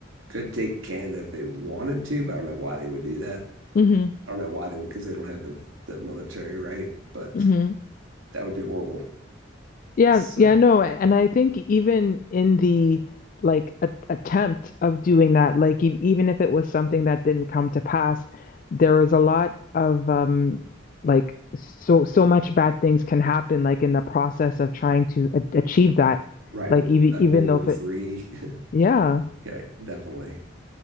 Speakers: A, on the right; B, on the left.
A: could take Canada if they wanted to, but I don't know why they would do that.
B: hmm
A: I don't know why they would because they don't have the the military right, but
B: hmm
A: that would be horrible. <laughs>
B: Yeah,
A: So
B: yeah, no, and I think even in the like a attempt of doing that, like e even if it was something that didn't come to pass, there was a lot of um like so so much bad things can happen like in the process of trying to a achieve that.
A: Right,
B: Like
A: that
B: even
A: like
B: even
A: World
B: though
A: War
B: if
A: Three.
B: it
A: <laughs>
B: yeah.
A: Yeah, definitely.